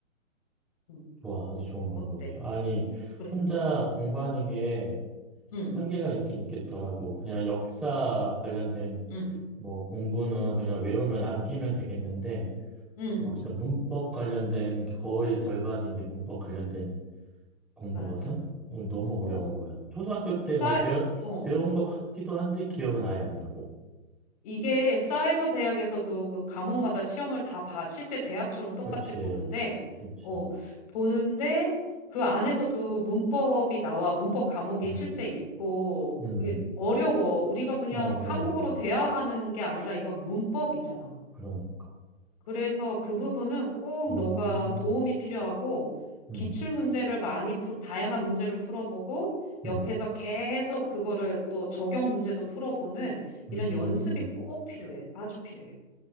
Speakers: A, on the left (about 30°); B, in the centre.
A: 응.
B: 좋아. 아주 좋은 방법이야.
A: 어때?
B: 아니,
A: 그래.
B: 혼자 공부하는 게
A: 응,
B: 한계가 있긴 있겠더라고. 그냥 역사 관련된
A: 응,
B: 뭐 공부는 그냥 외우면 남기면 되겠는데,
A: 응.
B: 어, 진짜 문법 관련된 게 거의 절반이 이제 문법 관련된 공부거든?
A: 맞아.
B: 어, 너무
A: 어,
B: 어려운 거야. 초등학교 때
A: 사이,
B: 뭐
A: 어.
B: 배운 것 같기도 한데 기억은 아예 안 나고.
A: 이게 사이버 대학에서도 그 과목마다 시험을 다 봐. 실제 대학처럼 똑같이
B: 그치,
A: 보는데,
B: 그치.
A: 어, 보는데 그 안에서도 문법이 나와. 문법 과목이
B: 음.
A: 실제 있고,
B: 음,
A: 그게 어려워. 우리가 그냥
B: 어, 너무
A: 한국어로
B: 어려워.
A: 대화하는 게 아니라 이건 문법이잖아.
B: 그러니까.
A: 그래서 그 부분은 꼭
B: 음,
A: 너가 도움이 필요하고
B: 음,
A: 기출 문제를 많이 풀, 다양한 문제를 풀어보고
B: 음,
A: 옆에서 계속 그거를 또 적용 문제도 풀어보는 이런
B: 음,
A: 연습이 꼭 필요해. 아주 필요해.